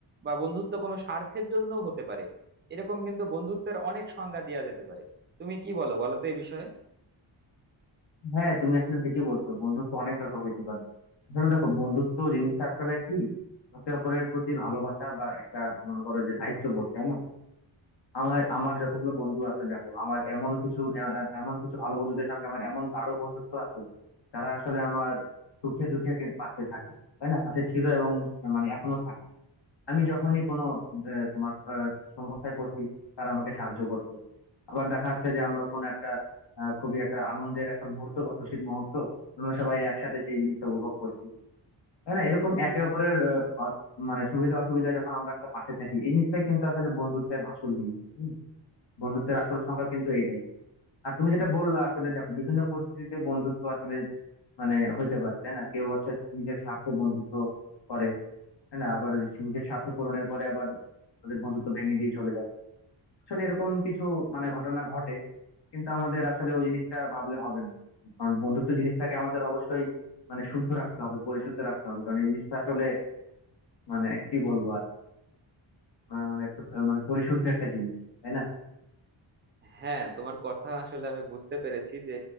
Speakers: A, on the right; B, on the left.
A: বা বন্ধুত্ব কোনো স্বার্থের জন্য হতে পারে এরকম কিন্তু বন্ধুত্বের অনেক সংজ্ঞা দেওয়া যেতে পারে তুমি কি বলো বলো তো এই বিষয়ে
B: হ্যাঁ তুমি আসলে ঠিকই বলছো বন্ধুত্ব অনেক ভাবে হইতে পারে আসলে দেখো বন্ধুত্ব জিনিসটা আসলে কি একে অপরের প্রতি ভালোবাসা বা একটা মনে করো যে দায়িত্ববোধ তাই না আমার আমার যতগুলো বন্ধু আছে দেখো আমার এমন কিছু এ- এ- এমন কিছু ভালো বন্ধুদের সঙ্গে আমার এমন গাঢ় বন্ধুত্ব আছে তারা আসলে আমার সুখে দুঃখে কে- পাশে থাকে তাই না পাশে ছিল এবং মানে এখনো থাকে আমি যখনই কোনো আহ, তোমার আহ, সমস্যায় পড়ছি তারা আমাকে সাহায্য করছে আবার দেখা যাচ্ছে যে আমরা কোনো একটা আহ, খুবই একটা আনন্দের একটা মুহূর্ত বা খুশির মুহূর্ত আমরা সবাই একসাথে সেই জিনিসটা উপভোগ করছি তাই না এরকম একে অপরের আহ, অ- মানে সুবিধা অসুবিধা যখন আমরা একটা পাশে থাকি এই জিনিসটাই কিন্তু আসলে বন্ধুত্বের আসল জিনিস বন্ধুত্বের আসল সংখ্যা কিন্তু এইটাই আর তুমি যেটা বললা আসলে দেখো বিভিন্ন পরিস্থিতিতে বন্ধুত্ব আসলে মানে হইতে পারে তাই না কেউ হচ্ছে নিজের স্বার্থ বন্ধুত্ব করে তাই না আবার সে নিজের স্বার্থ পূরণের পরে আবার তাদের বন্ধুত্ব ভেঙে দিয়ে চলে যায় আসলে এরকম কিছু মানে ঘটনা ঘটে কিন্তু আমাদের আসলে ওই জিনিসটা ভাবলে হবে না কারণ বন্ধুত্ব জিনিসটাকে আমাদের অবশ্যই মানে শুদ্ধ রাখতে হবে পরিশুদ্ধ রাখতে হবে কারণ এই জিনিসটা আসলে মানে কি বলবো আর মানে একটা মানে পরিশুদ্ধ একটা জিনিস তাই না
A: হ্যাঁ তোমার কথা আসলে আমি বুঝতে পেরেছি যে